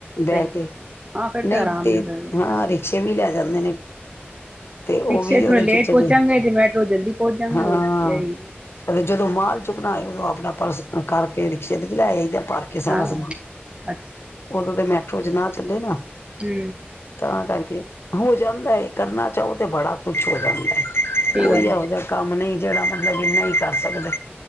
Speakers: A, on the left; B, on the right.
A: ਬਹਿ
B: ਸਹੀ ਹੈ
A: ਕੇ,
B: ਸਹੀ ਹੈ। ਹਾਂ ਫਿਰ
A: ਨਹੀਂ
B: ਤਾਂ ਆਰਾਮ
A: ਤੇ
B: ਹੀ ਕਰ
A: ਹਾਂ ਰਿਕਸ਼ਾ ਕਿ ਵੀ ਲੈ ਜਾਂਦੇ ਨੇ, ਤੇ ਉਹ
B: ਰਿਕਸ਼ੇ
A: ਵੀ
B: ਥੋੜੇ
A: ਉਹਦੇ
B: ਲੇਟ
A: ਚ ਚਲੇ
B: ਪਹੁੰਚਾਂਗੇ ਤੇ ਮੈਟਰੋ ਜਲਦੀ ਪਹੁੰਚ ਜਾਂਗੇ
A: ਹਾਂ
B: ਹੋਰ ਕੀ ਹੈ ਹੀ
A: ਅਤੇ ਜਦੋਂ ਮਾਲ ਚੁੱਕਣਾਏ ਆਪਣਾ ਪਰਸ ਕਰਕੇ ਰਿਕਸ਼ੇ ਤੇ ਚ ਲੈ ਆਗਾ। ਭਰ ਕੇ ਸਾਰਾ
B: ਹਾਂ
A: ਸਮਾਨ
B: ਅੱਛਾ
A: ਉਦੋਂ ਤੇ ਮੈਂ, ਜਨਾ ਕੱਲੇ ਨਾ,
B: ਹੂੰ,
A: ਤਾਂ ਕਰਕੇ ਹੋ ਜਾਂਦਾ ਹੈ ਕਰਨਾ ਚਾਹੋ ਤੇ ਬੜਾ ਕੁਛ ਹੋ ਜਾਂਦਾ ਹੈ।
B: ਸਹੀ
A: ਕੋਈ
B: ਗੱਲ
A: ਇਹੋ ਜਿਹਾ ਕੰਮ ਨਹੀਂ ਜਿਹੜਾ ਮਤਲਬ ਕਿ ਨਹੀਂ ਕਰ ਸਕਦੇ।